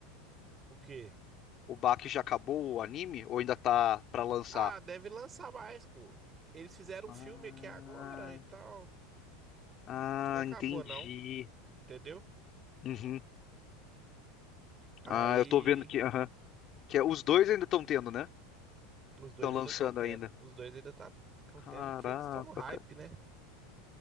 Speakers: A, on the right (about 25°); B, on the left (about 35°).
A: O quê?
B: O Baki já acabou o anime ou ainda tá pra lançar?
A: Ah, deve lançar mais, pô. Eles fizeram
B: Ah,
A: um filme aqui agora e tal.
B: ah,
A: Não tudo acabou,
B: entendi.
A: não. Entendeu?
B: Uhum.
A: Aí
B: Ah, eu tô vendo que, aham, que é- os dois ainda estão tendo, né?
A: os dois
B: Estão
A: ainda
B: lançando
A: estão tendo.
B: ainda.
A: Os dois ainda tá, estão
B: Caraca,
A: tendo que eles estão no hype,
B: cara.
A: né?